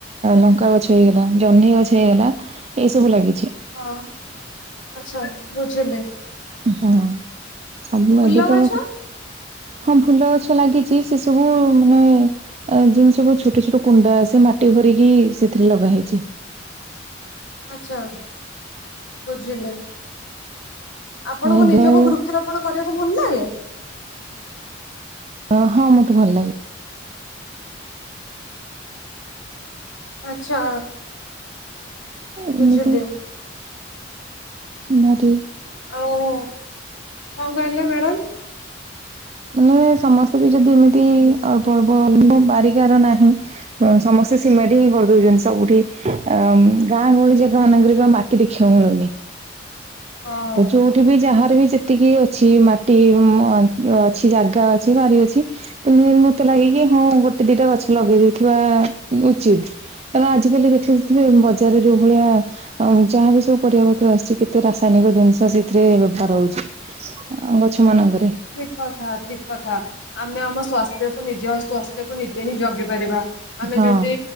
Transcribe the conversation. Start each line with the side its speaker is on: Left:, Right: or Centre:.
Right: ଲଙ୍କା ଗଛ ହେଇଗଲା ଜହ୍ନି ଗଛ ହେଇଗଲା ଏସବୁ ଲାଗିଛି
Left: ହଁ ଆଚ୍ଛା ବୁଝିଲି
Right: ହଁ ସବୁ
Left: ଫୁଲ
Right: ଏବେ ତ
Left: ଗଛ
Right: ହଁ ଫୁଲ ଗଛ ଲାଗିଛି ସେ ସବୁ ମାନେ ଯେଉଁ ସବୁ ଛୋଟ ଛୋଟ କୁଣ୍ଡ ଆ ସେ ମାଟି ଭରିକି ସେଥିରେ ଲଗା ହେେଇଛି
Left: ଆଛା ବୁଝିଲେ ଆପଣଙ୍କୁ
Right: ଏବେ
Left: ନିଜକୁ
Right: ଆଉ
Left: ବୃକ୍ଷରୋପଣ କରିବାକୁ ଭଲ ନାଗେ
Right: ଅ ହଁ ମତେ ଭଲ ଲାଗେ
Left: ଆଛା
Right: ଏମିତି
Left: ବୁଝୁିଲି
Right: ମାରି
Left: ଓଉ କଣ କହିଲେ ମ୍ୟାଡ଼ାମ୍
Right: ମାନେ ସମସ୍ତେ ବି ଯଦି ଏମିତି ଅଳ୍ପ ଅଳ୍ପ ବାରିକାର ନାହିଁ ସମସ୍ତେ ସିମେଟେ ହିଁ କରିଦଉଛନ୍ତି ସବୁଠି ଅ ଗାଁ ଗହଳି ଜାଗା ମାନକେ ମାଟି ମାଟି ଦେଖିବାକୁ ମିଳୁନି
Left: ହଁ
Right: ହ ଚୋର୍ ଏଠି ବି ଯାହାର ବି ଯେତିକି ଅଛି ମାଟି ଅଛି ଜାଗା ଅଛି ବାରି ଅଛି ମତେ ଲାଗ କି ହଁ ଗୋଟେ ଦିଟା ଗଛ ଲଗେଇ ଦେଗେଇଦେଇଥିବା ଉଚିତ୍ କାରଣ ଆଜିକାଲି ଦେଖୁଥିବେ ବଜାରରେ ଯୋଉ ଭଳିଆ ଯାହା ବିି ସବୁ ପରିବାପତ୍ର ଆସୁଛି କେତେ ରା ଦୈନିକ ଜିନିଷ ସେଥିରେ ବେପାର ହେଉଛି ଗଛ ମାନଙ୍କରେ
Left: ଠିକ୍ କଥା ଠିକ୍ କଥା ଆମେ ଆମ ସ୍ୟାସ୍ଥ୍ୟକୁ ନିଜେ ହସ୍ଥ୍ୟକୁ ନିଜେ ହିଁ ଜଗି ପାରିବା ଆମେ
Right: ହଁ
Left: ଯଦି